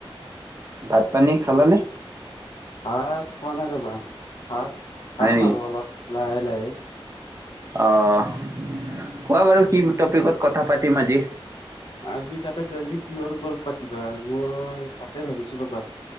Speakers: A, on the right; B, on the left.
A: ভাত পানী খালানে?
B: ভাত পোৱা নাই ৰ'বা ভাত।
A: হয়
B: পাম আৰু অলপ লাহে লাহে। <inaudible>
A: আহ কোৱা বাৰু কি টপিকত কথা পাতিম আজি?
B: আজি তাতে ত আজি কিহৰ ওপৰত পাতিবা? মই তাতে ভাবিছো ৰবা।